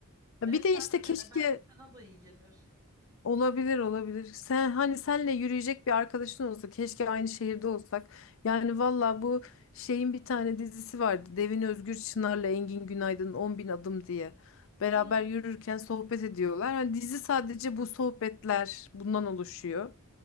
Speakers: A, on the left (about 60°); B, on the right (about 15°).
A: Ya
B: Evet
A: Bir de
B: sen
A: işte
B: de
A: keşke
B: dene. Belki sana da iyi gelir.
A: olabilir olabilir. Sen hani senle yürüyecek bir arkadaşın olsa keşke aynı şehirde olsak. Yani valla bu şeyin bir tane dizisi vardı. Devin Özgür Çınar'la Engin Günaydın 10 bin adım diye. Beraber
B: Hmm,
A: yürürken sohbet ediyorlar. Hani dizi sadece bu sohbetler bundan oluşuyor.